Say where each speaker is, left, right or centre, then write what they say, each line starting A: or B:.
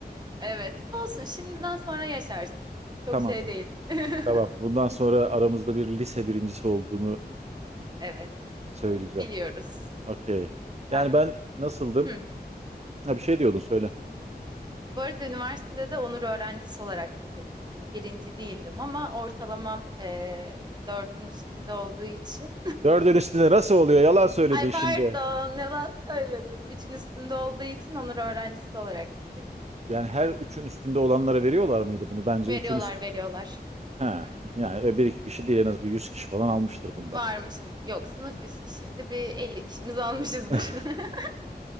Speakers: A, on the right; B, on the right.
A: Evet. Olsun, şimdiden sonra yaşarsın. Çok
B: Tamam,
A: şey değil. <laughs>
B: tamam. Bundan sonra aramızda bir lise birincisi olduğunu
A: Evet.
B: söyleyeceğim.
A: e, Biliyoruz.
B: Okey. Yani
A: Ben
B: ben nasıldım?
A: Hı.
B: Ha bir şey diyordun söyle.
A: Bu arada üniversitede de onur öğrencisi olarak bitirdim. Hani birinci değildim ama ortalamam eee dördün üstünde olduğu için.
B: Dördün üstünde nasıl oluyor? Yalan
A: <laughs>
B: söyledin
A: Ay
B: şimdi.
A: pardon yalan söyledim. Üçün üstünde olduğu için onur öğrencisi olarak bitirdim.
B: Yani her üçün üstünde olanlara veriyorlar mıydı bunu? Bence
A: Veriyorlar
B: üçün üstü...
A: veriyorlar.
B: Ha,
A: Hı hı.
B: yani bir iki kişi değil en az bir yüz kişi falan almıştır bundan.
A: Varmışız. Yok sınıf 100 kişiydi. Bir 50 kişimiz almışızdır.
B: <laughs>
A: <laughs>